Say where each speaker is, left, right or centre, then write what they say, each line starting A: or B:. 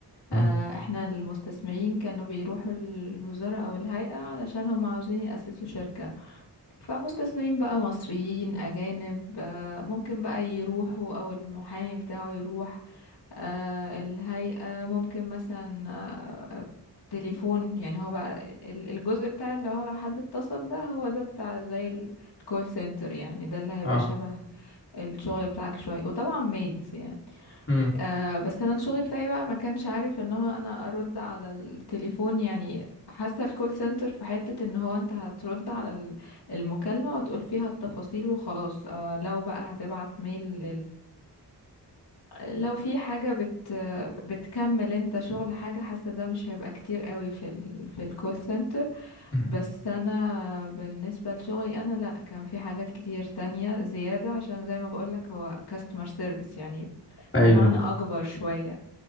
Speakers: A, on the left; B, on the left.
A: اه
B: آه، احنا المستثمرين كانوا بيروحوا الوزارة او الهيئة علشان هم عاوزين يأسسوا شركة فمستثمرين بقى مصريين اجانب آه، ممكن بقى يروحوا او المحامي بتاعه يروح آه، الهيئة ممكن مثلا آه، تليفون يعني هو بقى ال- الجزء بتاع اللي هو لو حد اتصل ده هو ده بتاع زي ال- الكول سنتر يعني ده اللي هيبقى
A: اه
B: شبه الشغل بتاعك شوية وطبعا ميلز يعني
A: مم،
B: آه بس انا الشغل بتاعي بقى ما كانش عارف ان هو انا ارد على التليفون يعني حاسة الكول سنتر في حتة ان هو انت هترد على ال- المكالمة وتقول فيها التفاصيل وخلاص آه لو بقى هتبعت ميل لو في حاجة بت بتكمل انت شغل حاجة حاسة ده مش هيبقى كتير قوي في ال... في الكول سنتر
A: مم.
B: بس انا بالنسبة لشغلي انا لا كان في حاجات كتير تانية زيادة عشان زي ما بقولك هو كاستمر سيرفيس يعني
A: ايوه
B: بمعنى اكبر شوية